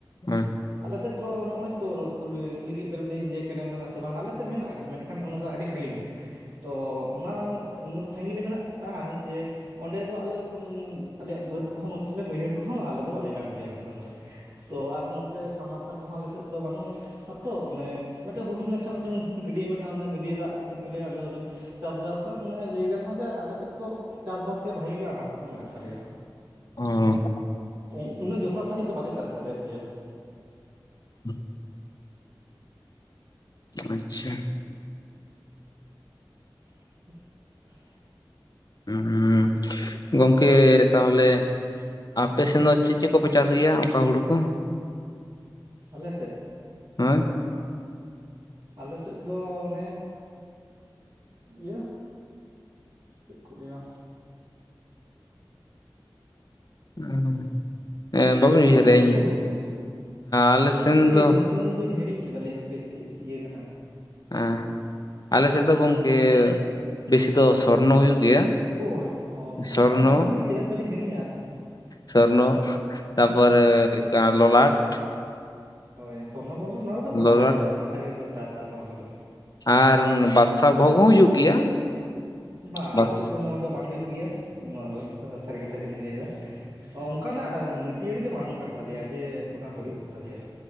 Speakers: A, on the left; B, on the right.
A: ᱦᱮᱸ
B: ᱟᱞᱮᱥᱮᱫ ᱫᱚ ᱱᱚᱜᱼᱚᱭ ᱛᱚ ᱠᱩᱞᱤ ᱠᱮᱫ ᱵᱮᱱᱟᱧ ᱡᱮ ᱠᱮᱱᱮᱞ ᱢᱮᱱᱟᱜᱼᱟ ᱥᱮ ᱵᱟᱝ ᱟᱞᱮ ᱥᱮᱫ ᱢᱮᱱᱟᱜ ᱢᱮᱱᱠᱷᱟᱱ ᱚᱱᱟ ᱫᱚ ᱟᱹᱰᱤ ᱥᱟᱺᱜᱤᱧ ᱛᱚ ᱚᱱᱟ ᱩᱱᱟᱹᱜ ᱥᱟᱺᱜᱤᱧ ᱨᱮ ᱢᱮᱱᱟᱜ-ᱟ ᱡᱮ ᱚᱸᱰᱮ ᱫᱚ ᱟᱞᱮ ᱩᱻ ᱟᱞᱮᱭᱟᱜ ᱵᱟᱹᱫᱽ ᱠᱚᱦᱚᱸ ᱢᱚᱱᱛᱮᱟᱞᱮ ᱵᱟᱹᱭᱦᱟᱹᱲ ᱠᱚᱦᱚᱸ ᱟᱞᱮ ᱫᱚ ᱵᱟᱞᱮ ᱪᱟᱥ ᱜᱮᱭᱟ ᱚᱸᱰᱮ ᱠᱷᱚᱱ ᱫᱚ ᱛᱚ ᱟᱨ ᱱᱚᱛᱮ ᱥᱟᱢᱟᱨᱥᱟᱞ ᱠᱚᱦᱚᱸ ᱟᱞᱮ ᱥᱮᱫ ᱫᱚ ᱵᱟᱹᱱᱩᱜᱼᱟ ᱛᱚ ᱢᱟᱱᱮ ᱢᱮᱴᱮᱝ ᱦᱩᱰᱤᱧ ᱢᱟᱪᱷᱟ ᱢᱮᱴᱟᱝ ᱜᱟᱹᱰᱭᱟᱹ ᱢᱮᱱᱟᱜᱼᱟ ᱚᱱᱟ ᱜᱟᱹᱰᱭᱟᱹ ᱫᱟᱜ ᱠᱚᱛᱮᱫ ᱜᱮᱞᱮ ᱟᱞᱮᱫ ᱫᱚᱞᱮ ᱪᱟᱥ ᱵᱟᱥᱟ ᱢᱟᱱᱮ ᱞᱟᱹᱭ ᱜᱟᱱᱚᱜᱼᱟ ᱡᱮ ᱟᱞᱮᱥᱮᱫ ᱫᱚ ᱪᱟᱥ ᱵᱟᱥ ᱨᱮᱭᱟᱜ ᱵᱷᱟᱜᱮ ᱟᱱᱟᱴ ᱢᱮᱱᱟᱜ ᱛᱟᱞᱮᱭᱟ
A: ᱚ
B: ᱩᱱᱟᱹᱜ ᱡᱚᱛᱷᱟᱛ ᱥᱟᱺᱦᱤᱡ ᱫᱚ ᱵᱟᱞᱮ ᱪᱟᱥ ᱫᱟᱲᱮᱭᱟᱜ ᱜᱮᱭᱟ
A: <inaudible> ᱟᱪᱪᱷᱟ
B: <inaudible>
A: ᱩᱸᱩᱸ ᱜᱚᱝᱠᱮ ᱛᱟᱦᱚᱞᱮ ᱟᱯᱮ ᱥᱮᱱ ᱫᱚ ᱪᱮᱫ ᱪᱮᱫ ᱠᱚᱯᱮ ᱪᱟᱥ ᱜᱮᱭᱟ ᱚᱠᱟ ᱦᱩᱲᱩ ᱠᱚ
B: ᱟᱞᱮ ᱥᱮᱫ
A: <unintelligible>
B: ᱟᱞᱮ ᱥᱮᱫ ᱫᱚ ᱚᱱᱮ ᱤᱭᱟᱹ ᱪᱤᱠᱩ ᱞᱟᱭᱟ
A: <inaudible> ᱵᱟᱹᱵᱤᱱ
B: ᱟᱯᱮ
A: ᱩᱭᱦᱟᱹᱨᱮᱜᱼᱟ
B: ᱥᱮᱫ ᱪᱮᱫ
A: ᱤᱧ ᱧᱩᱛᱩᱢ
B: ᱠᱚ ᱦᱩᱭᱩᱜ ᱜᱮᱭᱟ
A: ᱟᱞᱮ ᱥᱮᱱ
B: ᱦᱟᱯᱮ
A: ᱫᱚ
B: ᱧᱩᱛᱩᱢ ᱫᱚᱩᱧ ᱦᱤᱲᱤᱧ ᱠᱮᱫᱟᱞᱤᱧ ᱦᱟᱯᱮ ᱪᱮᱫ ᱤᱭᱟᱹ ᱠᱟᱱᱟ
A: ᱟ ᱟᱞᱮ ᱥᱮᱫ ᱫᱚ ᱜᱚᱝᱠᱮ ᱵᱮᱥᱤ ᱫᱚ ᱥᱚᱨᱱᱚ ᱦᱩᱭᱩᱜ ᱜᱮᱭᱟ
B: ᱳᱭ
A: ᱥᱚᱨᱱᱚ
B: ᱚᱱᱟ ᱧᱩᱛᱩᱢ ᱜᱮ ᱪᱮᱫᱟᱜ ᱪᱚᱞᱤᱧ ᱦᱤᱲᱤᱧᱟ ᱟᱹᱞᱤᱧ
A: ᱥᱚᱨᱱᱚ ᱛᱟᱯᱚᱨᱮ
B: ᱦᱩᱸ
A: ᱞᱚᱞᱟᱴ
B: ᱦᱳᱭ ᱥᱚᱨᱱᱚ ᱱᱚᱣᱟ ᱠᱚᱫᱚ ᱜᱚᱴᱟ
A: ᱞᱚᱞᱟᱴ
B: ᱜᱮᱛᱚ ᱜᱚᱴᱟ ᱜᱮᱠᱚ ᱪᱟᱥᱟ ᱱᱚᱣᱟ ᱠᱚᱫᱚ
A: ᱟᱨ ᱵᱟᱫᱥᱟ ᱵᱷᱳᱜᱽ ᱦᱚᱸ ᱦᱩᱭᱩᱜ ᱜᱮᱭᱟ
B: ᱵᱟᱝ
A: ᱵᱟᱫ
B: ᱟᱞᱮ ᱥᱮᱫ ᱫᱚ ᱱᱚᱣᱟ ᱫᱚ ᱵᱟᱝ ᱦᱩᱭᱩᱜ ᱜᱮᱭᱟ ᱱᱚᱣᱟ ᱫᱚ ᱥᱟᱹᱨᱤ ᱠᱟᱛᱷᱟ ᱜᱮᱞᱤᱧ ᱞᱟᱹᱭᱫᱟ ᱚᱱᱠᱟᱱᱟᱜ ᱢᱟᱹᱴᱭᱟᱹᱲ ᱜᱮ ᱵᱟᱝ ᱠᱟᱱ ᱛᱟᱞᱮᱭᱟ ᱡᱮ ᱚᱱᱟ ᱦᱩᱭᱩᱜ ᱛᱟᱞᱮᱭᱟ